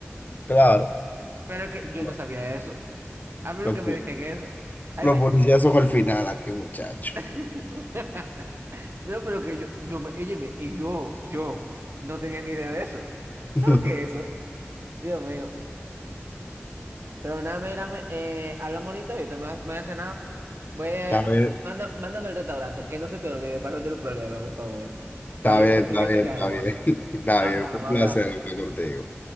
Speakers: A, on the left; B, on the right.
A: Claro.
B: Pero es que yo
A: Lo-
B: no sabía eso. A mí nunca
A: lo-
B: me dijeron eso. A
A: Los
B: mí me...
A: policías son al final, ¿a qué muchacho?
B: <laughs> No, pero que yo, yo me, óyeme, y yo, yo no tenía ni idea de eso.
A: <laughs>
B: ¿Sabes lo que es eso? Dios mío. Pero nada, mírame, eh, hablamos ahorita, yo te me, voy a cenar. Voy a,
A: Está bien,
B: manda- mándame el restaurante, que no se te olvide para no tener un problema, por favor.
A: está
B: Para yo
A: bien,
B: investigar
A: está bien,
B: esa yaroba.
A: está bien. <laughs> Está
B: Hablamos,
A: bien, fue un
B: hablamos.
A: placer hablar contigo.